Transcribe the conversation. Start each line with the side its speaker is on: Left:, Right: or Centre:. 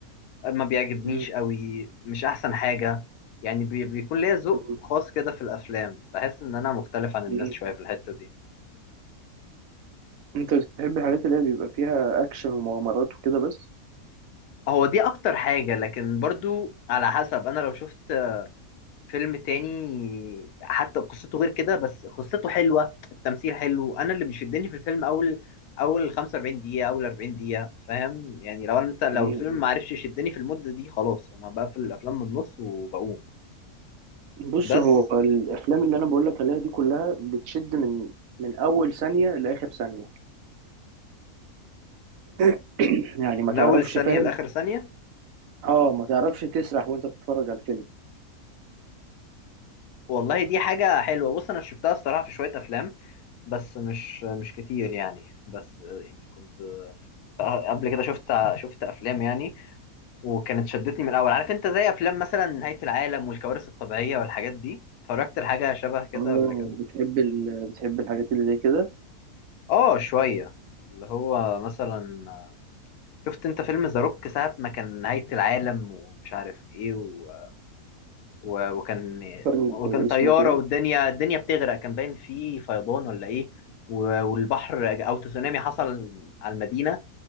Left: ما بيعجبنيش
Right: مم.
Left: قوي مش احسن حاجه يعني بي بيكون ليا ذوق
Right: مم.
Left: خاص كده في الافلام بحس ان انا مختلف عن الناس
Right: مم.
Left: شويه في الحته دي
Right: انت بتحب الحاجات اللي هي بيبقى فيها اكشن ومغامرات وكده بس
Left: هو دي اكتر حاجه لكن برضو على حسب انا لو شفت فيلم تاني حتى قصته غير كده بس قصته حلوة التمثيل حلو انا اللي بيشدني في الفيلم اول اول 45 دقيقة اول 40 دقيقة فاهم يعني لو انت لو
Right: مم.
Left: الفيلم ما عرفش يشدني في المدة دي خلاص انا بقفل الافلام من النص وبقوم
Right: بص
Left: بس
Right: هو الافلام اللي انا بقول لك عليها دي كلها بتشد من من اول ثانية لاخر ثانية <clears throat> يعني ما
Left: من
Right: تعرفش
Left: اول ثانية
Right: فاهم
Left: لاخر ثانية
Right: اه ما تعرفش تسرح وانت بتتفرج على الفيلم
Left: والله دي حاجة حلوة بص انا شفتها الصراحة في شوية افلام بس مش مش كتير يعني بس يعني كنت آه، قبل كده شفت شفت افلام يعني وكانت شدتني من الاول عارف انت زي افلام مثلا نهاية العالم والكوارث الطبيعية والحاجات دي اتفرجت لحاجة شبه كده
Right: اه
Left: قبل كده
Right: بتحب ال... بتحب الحاجات اللي زي كده
Left: اه شوية اللي هو مثلا شفت انت فيلم ذا روك ساعة ما كان نهاية العالم ومش عارف ايه و... و... وكان
Right: فكرني
Left: وكان
Right: باسمه
Left: طيارة
Right: كده
Left: والدنيا الدنيا بتغرق كان باين فيه فيضان ولا ايه و... والبحر او تسونامي حصل على المدينة